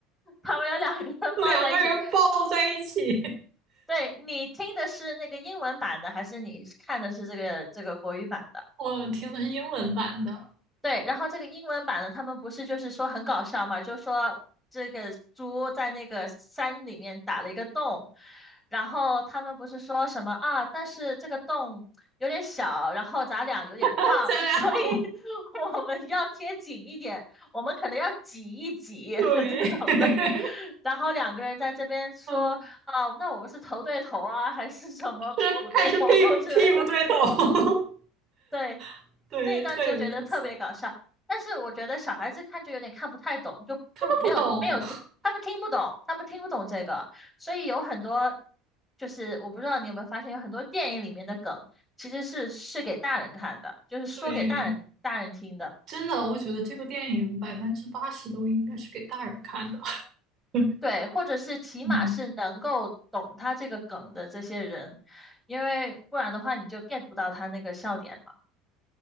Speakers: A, in the centre; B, on the right.
A: 他们有两个人抱在一起。
B: <laughs> 两个人抱在一起，
A: 对，你听的是那个英文版的，还是你看的是这个这个国语版的？
B: 我听的是英文版的，
A: 对，然后这个英文版的他们不是就是说很搞笑嘛，就说这个猪在那个山里面打了一个洞，然后他们不是说什么啊，但是这个洞有点小，然后咱俩有点胖，
B: 咱俩
A: 所以 <laughs> 我们要贴紧一点，我们可能要挤一挤 <laughs>
B: <laughs> 对，
A: 这种的。
B: <laughs>
A: 然后两个人在这边说啊，
B: 嗯，
A: 那我们是头对头啊，还是什么屁股对头
B: 是还是屁股屁股对头，
A: <laughs> 之类的。对，
B: <laughs> 对，
A: 那一段就觉得特别搞笑。
B: 特有意思。
A: 但是我觉得小孩子看就有点看不太懂，就就没有没有听，
B: 他们不懂，
A: 他们听不懂，他们听不懂这个，所以有很多就是我不知道你有没有发现，有很多电影里面的梗其实是是给大人看的，就是说给大人大人听的，
B: 对，真的，我觉得这个电影百分之八十都应该是给大人看的。<laughs> 嗯，
A: 对，或者是起码是能够懂他这个梗的这些人，
B: 嗯，
A: 因为不然的话你就 get 不到他那个笑点嘛。